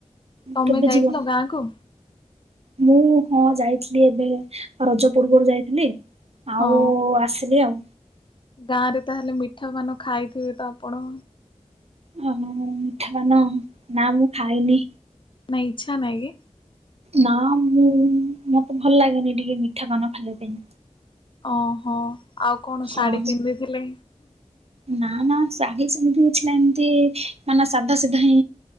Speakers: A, on the left; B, on the right.
A: ତମେ
B: କେବେ
A: ଯାଇଥିଲ
B: ଯିବ?
A: ଗାଁକୁ?
B: ମୁଁ ହଁ ଯାଇଥିଲି ଏବେ ରଜ ପୂର୍ବରୁ ଯାଇଥିଲି। ଆଉ
A: ହଁ
B: ଆସିଲି ଆଉ।
A: ଗାଁ ରେ ତାହେଲେ ମିଠା ପାନ ଖାଇଥିବେ ତ ଆପଣ?
B: ହଁ ମିଠାପାନ ନା ମୁଁ ଖାଇନି।
A: ନାଇଁ ଇଚ୍ଛା ନାହିଁ କେ?
B: ନା ମୁଁ ମତେ ଭଲ ଲାଗେନି ଟିକେ ମିଠା ପାନ ଖାଇବା ପାଇଁ।
A: ଓହୋ ଆଉ କଣ
B: ହଁ
A: ଶାଢ଼ୀ ପିନ୍ଧିଥିଲେ?
B: ନା ନା ଶାଢ଼ୀ ସେମିତି କିଛି ନାହିଁ ଏମତି ମାନେ ସାଧା ସିଧା ହିଁ